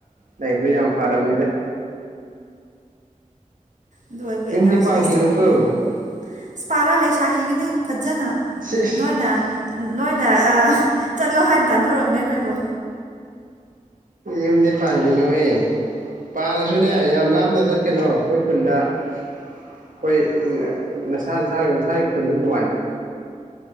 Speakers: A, on the right; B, on the right.
A: ꯂꯩꯕꯗꯨ ꯌꯥꯝ ꯐꯔꯕꯅꯤꯗ
B: ꯑꯗꯨ ꯑꯣꯏꯕ
A: ꯌꯨꯝꯗꯤ
B: ꯑꯦꯅꯥꯔꯖꯤꯁ
A: ꯄꯥꯟꯈꯤꯅꯨꯀꯣ
B: ꯇꯧꯔꯣꯏꯅꯦ ꯑ ꯄꯥ ꯂ ꯂꯩ ꯁꯥꯈꯤꯒꯅꯤ ꯐꯖꯅ
A: ꯁꯤꯁ
B: ꯅꯣꯏꯅ ꯅꯣꯏꯅ ꯆꯠꯂꯣ ꯍꯥꯟꯅ ꯇꯥꯟꯊꯣꯔꯛꯒꯅꯦ ꯑꯩꯈꯣꯏꯕꯨ
A: ꯌꯨꯝꯗꯤ ꯄꯥꯟꯈꯤꯅꯦ ꯍꯣꯏ ꯄꯥꯜꯂꯁꯨꯅꯦ ꯌꯥꯝ ꯂꯥꯞꯅ ꯆꯠꯀꯅꯣ ꯑꯩꯈꯣꯏ ꯈꯨꯟꯗ ꯑꯩꯈꯣꯏ ꯎ ꯅꯁꯥ ꯅꯁꯥ ꯅꯁꯥꯒꯤ ꯈꯨꯟꯗ ꯅꯨꯡꯉꯥꯏꯕꯅꯦ